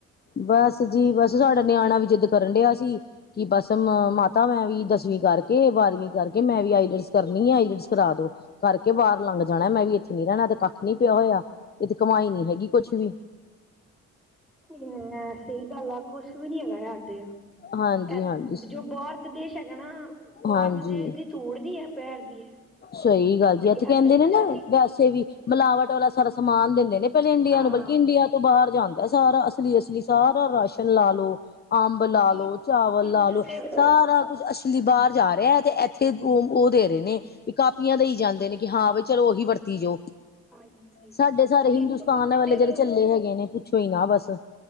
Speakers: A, on the left; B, in the centre.
A: ਬਸ ਜੀ ਬਸ ਸਾਡਾ ਨਿਆਣਾ ਵੀ ਜਿੱਦ ਕਰਨ ਡਿਆ ਸੀ ਕਿ ਬਸ ਮਾਤਾ ਮੈਂ ਵੀ ਦਸਵੀਂ, ਕਰਕੇ ਬਾਰਵੀਂ ਕਰਕੇ ਮੈਂ ਵੀ ਆਈਲਟਸ ਕਰਨੀ ਆਈਲਟਸ ਕਰਾ ਦੋ ਕਰਕੇ ਬਾਹਰ ਲੰਘ ਜਾਣਾ ਮੈਂ ਵੀ ਇੱਥੇ, ਨ ਰਹਿਣਾ ਤੇ ਕੱਖ ਨੀ ਪਿਆ ਹੋਇਆ ਇਹ ਤੇ ਕਮਾਈ ਨੀ ਹੈਗੀ ਕੁਛ ਵੀ,
B: ਹ ਸਹੀ ਗੱਲ ਆ ਕੁੱਛ ਵੀ ਨੀ ਹੈਗਾ ਦੇ
A: ਹਾਂਜੀ
B: ਆ
A: ਹਾਂਜੀ
B: ਜੋ ਬਾਹਰ ਦੇ ਦੇਸ਼, ਝਗਣਾ ਬਾਹਰ
A: ਹਾਂਜੀ
B: ਦੇ ਦੀ ਤੂੜ ਦੀ ਹੈ ਪੈਰ ਦੀ ਹੈ।
A: ਸਹੀ ਗੱਲ
B: ਕਿਉਂਕਿ
A: ਜੀ ਇੱਥੇ ਕਹਿੰਦੇ
B: ਇੱਧਰ
A: ਨੇ ਨਾ
B: ਜ਼ਿਆਦੀ
A: ਵੈਸੇ ਵੀ ਮਿਲਾਵਟ ਵਾਲਾ ਸਾਰਾ ਸਮਾਨ ਦਿੰਦੇ ਨੇ, ਪਹਿਲਾਂ ਇੰਡੀਆ
B: ਹਾਂ
A: ਨੂੰ ਬਲਕਿ ਇੰਡੀਆ ਤੋਂ ਬਾਹਰ ਜਾਂਦਾ ਸਾਰਾ ਅਸਲੀ ਅਸਲੀ ਸਾਰਾ ਰਾਸ਼ਨ ਲਾ ਲਓ। ਅੰਬ
B: ਤੁਸੀਂ
A: ਲਾ ਲੋ ਚਾਵਲ
B: ਪਪੀਤੇ
A: ਲਾ ਲਓ
B: ਵੇਖ
A: ਸਾਰਾ ਕੁਛ ਅੱਛ ਲੀ ਬਾਹਰ ਜਾ ਰਿਹਾ ਤੇ ਇੱਥੇ ਉਹ ਉਹ ਦੇ ਰਹੇ ਨੇ, ਵੀ ਕਾਪੀਆਂ ਦਈ ਜਾਂਦੇ ਨੇ ਕਿ ਹਾਂ ਬ ਚਲੋ ਉਹੀ ਵਰਤੀ ਜਾਓ।
B: ਹਾਂਜੀ
A: ਸਾਡੇ ਸਾਰੇ
B: ਤੁਸੀਂ
A: ਹਿੰਦੁਸਤਾਨ
B: ਪਪੀਤੇ
A: ਵਾਲੇ
B: ਵੇਖ
A: ਜਿਹੜੇ
B: ਲਓ।
A: ਚੱਲੇ ਹੈਗੇ ਨੇ ਪੁੱਛੋ ਹੀ ਨਾ ਬਸ,